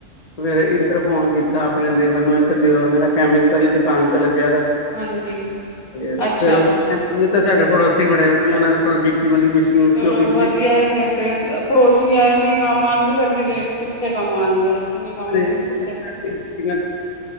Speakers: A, on the left (about 30°); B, on the left (about 65°).
A: ਸਵੇਰੇ ਇੱਧਰ ਫੋਨ ਕੀਤਾ ਆਪਣੇ ਦੇਵਰ ਨੂੰ ਇੱਕ ਦਿਓਰ ਮੇਰਾ ਕੈਮੀਕਲ ਆਲੀ ਦੁਕਾਨ ਤੇ ਲੱਗਿਆ ਹੋਇਆ। ਤੇ
B: ਹਾਂਜੀ ਅੱਛਾ
A: ਫਿਰ ਉਸ ਤ ਤੇ ਸਾਡੇ ਕੋਲੇ, ਬੜੇ ਵਧੀਆ ਉਹਨਾਂ ਦੇ ਕੋਲ
B: ਚਲੋ
A: ਸੀ ਉਹ ਬੀਪੀ
B: ਵਧੀਆ ਫੇਰ ਤੇ ਪੜੋਸੀ ਆ ਨੀ ਕੰਮ ਆਣ ਗੇ ਫੇਰ ਕਿਵੇ, ਕਿੱਥੇ ਕੰਮ ਆਣਗੇ ਇੱਥੇ ਨੀ ਕੰਮ
A: ਬੀਪੀ
B: ਆਣਗੇ ਕਿੱਥੇ,